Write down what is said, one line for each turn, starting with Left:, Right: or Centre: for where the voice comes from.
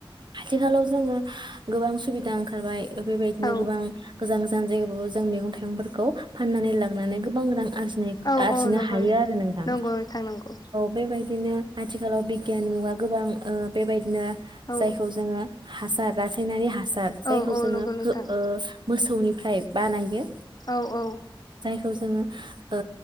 Right: आथिलाव जों जोङो गोबां सुबिदा ओंखारबाय बेबायदिनो
Left: औ
Right: गोबां गोजान गो जान-जायगा बाबो जों मैगं थाइगंफोरखौ फाननानै गोबां रां आरजिनाय
Left: औ
Right: आरजिनो
Left: औ नंगौ
Right: हायो आरो नोंथां।
Left: नंगौ नोंथां नंगौ
Right: बेबायदिनो आथिखालाव बिगियान मुगा गोबां ओ बेबायदिनो।
Left: औ
Right: जायखौ जोङो हासार रासायनारि हासार जायखौ
Left: औ औ
Right: जोङो
Left: नंगौ नोंथां
Right: ओ मोसा गौनिफ्राय बानायो।
Left: औ औ।
Right: जायखौ जोङो ओ